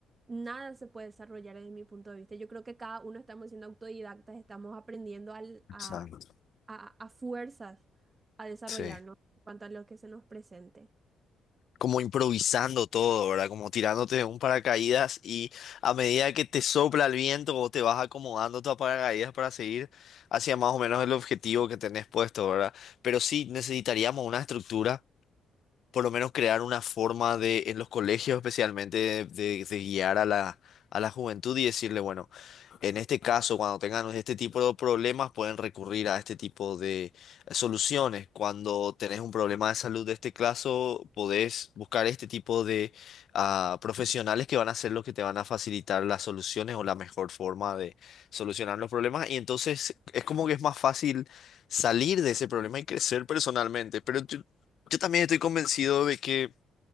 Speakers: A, on the right; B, on the left.
A: nada se puede desarrollar desde mi punto de vista. Yo creo que cada uno estamos siendo autodidactas, estamos aprendiendo al- a,
B: Exacto.
A: a, a fuerzas a desarrollarnos
B: Sí.
A: en cuanto a lo que se nos presente.
B: como improvisando todo, ¿verdad? Como tirándote de un paracaídas y a medida que te sopla el viento o te vas acomodando tu paracaídas para seguir hacia más o menos el objetivo que tenés puesto, ¿verdad? Pero sí necesitaríamos una estructura por lo menos crear una forma de, en los colegios especialmente, de, de- de guiar a la, a la juventud y decirle, bueno, en este caso, cuando tengan este tipo de problemas, pueden recurrir a este tipo de soluciones. Cuando tenés un problema de salud de este caso, podés buscar este tipo de ah, profesionales que van a ser los que te van a facilitar las soluciones o la mejor forma de solucionar los problemas. Y entonces es como que es más fácil salir de ese problema y crecer personalmente. Pero yo- yo también estoy convencido de que